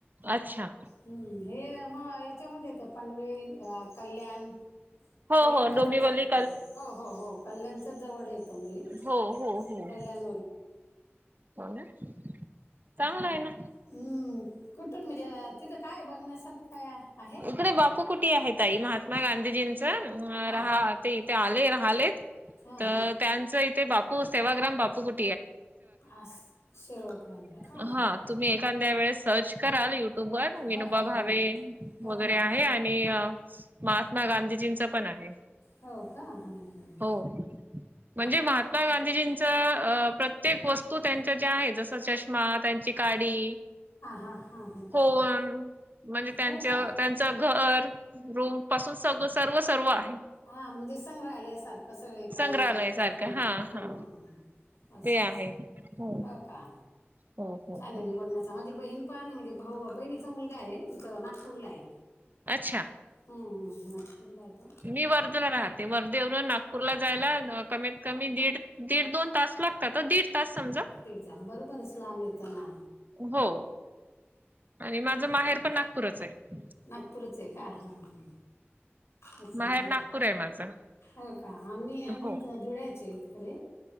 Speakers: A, on the right (about 45°); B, on the left (about 80°).
A: अच्छा
B: हम्म हे मग याच्यामध्ये येत पनवेल कल्याण
A: हो
B: कल्याण
A: हो
B: जवळच
A: डोंबिवली
B: येतं कल्याण हो हो हो कल्याणच्याच जवळ येतं म्हणजे
A: हो हो हो
B: कल्याण
A: हो चांगलं आहे ना
B: हम्म कुठून म्हणजे तिथं काय बघण्यासारखं काय आहे
A: अे बापू कुठे आहेत आई महात्मा गांधीजींचं
B: हां
A: राहा ते ते आले राहिलेत
B: हां
A: तर
B: हां
A: त्यांचं इथे बापू सेवाग्राम बापू कुठ
B: असं सेवाग्रामला
A: <inaudible>
B: का
A: ्या
B: हां
A: वे सर्च कराल युट्यूब वर
B: हो
A: विनोबा
B: हो
A: भा
B: हो
A: गरे
B: हो
A: आहे आणि महात्मा गांधीजींच पण आहे
B: हो का ह
A: हो म्हणजे महात्मा गांधीजींचं प्र प्रत्येक वस्तू त्यांच्या ज्या आहे जस चष्मा त्यांची काडी
B: हां हां हां
A: हो म्हणजे त्यांच्या
B: हो का
A: त्यांच घर रूम पासून सग सर्व सर्व आहे
B: हा म्हणजे संग्रहालाय सारखं कसं वळी काय
A: संग्रहालय
B: याच्यात
A: सारखं
B: हां
A: हा
B: हां
A: हा
B: हां हां असं
A: ते आहे
B: असं
A: हो
B: क का
A: हो हो
B: छान म्हणजे
A: हो
B: बघण्याचा माझी बहीण पण म्हणजे भाऊ बहिणीचा मुलगा आहे नागपूरला आहे
A: अच्छा
B: हम्म नागपूरला येतो
A: मी वर्धला राहते वर्देवर ूरला जायला कमीत कमी दीड दीड दोन तास लागतात दीड तास समजा
B: िचा बरोबर आहे असलाम यताना
A: हो आणि माझं माहेर पण नागपूरच आहे
B: नागपूरचं आहे का हां हां असं
A: माहेर
B: जा
A: नागपूर आहे माझं
B: हो का आम्ही आम्ही
A: हो
B: धुळ्यायचे आहेत खे